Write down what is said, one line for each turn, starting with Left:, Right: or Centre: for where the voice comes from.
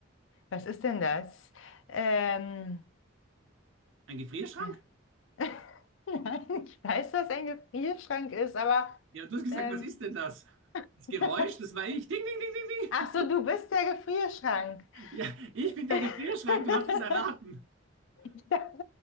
Left: Was ist denn das? Ähm,
Right: Ein Gefrierschrank?
Left: äh, <laughs> Nein, ich weiß, was ein Gefrierschrank ist, aber
Right: Ja, du hast gesagt,
Left: ähm,
Right: was ist denn das? Das Geräusch,
Left: <laughs>
Right: das war ich. Ding, ding,
Left: ach
Right: ding,
Left: so, du bist der Gefrierschrank.
Right: ding, ding. Ja, ich bin der
Left: <laughs>
Right: Gefrierschrank, du hast es erraten.
Left: Ich dachte,